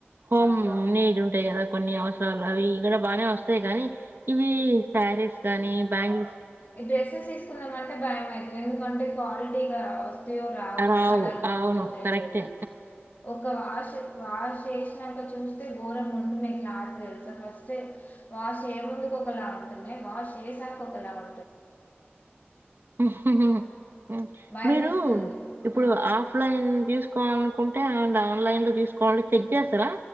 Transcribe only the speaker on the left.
గ్రా
ఈ డ్రెస్సెస్ తీసుకున్నాం అంటే భయంమవుతది ఎందుకంటే క్వాలిటీగా వస్ తాయో రావో
కలర్ పోతదో
తెలియదు
ఒక వాష్ వాష్ చేసి రి గోరంగ ఉంటున్నయ్ యి క్లాత్ తే ఫస్టే వాష్ చేయ ముందుకు ఒకలా ఉంటున్నాయ్ వాష్ చేసాక ఒకలా ఉ
భయం
వేస్తుంది
ఆ,